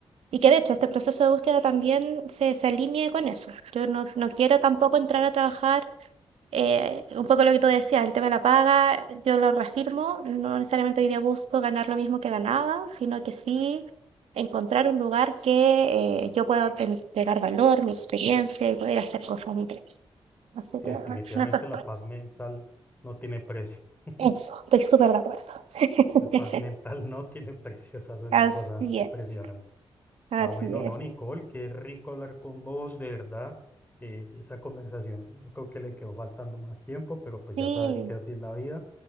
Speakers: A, on the right; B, on the left.
A: y que de hecho este proceso de búsqueda también se, se alinee con eso. Yo no, no quiero tampoco entrar a trabajar, eh, un poco lo que tú decías, el tema de la paga, yo lo reafirmo, no necesariamente hoy día busco ganar lo mismo que ganaba, sino que sí encontrar un lugar que eh, yo pueda entregar valor, mi experiencia y poder hacer cosas diferentes. Así
B: Sí,
A: que
B: definitivamente
A: bueno, en eso estoy.
B: la paz mental no tiene precio. <laughs>
A: Eso, estoy súper de acuerdo. <laughs>
B: La paz mental no tiene precio. Esa es una
A: Así
B: cosa
A: es.
B: impresionante.
A: Así
B: Ah, bueno,
A: es.
B: no, Nicole, qué rico hablar con vos, de verdad. Eh, esta conversación, yo creo que le quedó faltando más tiempo, pero pues
A: Sí,
B: ya sabes que así es la vida.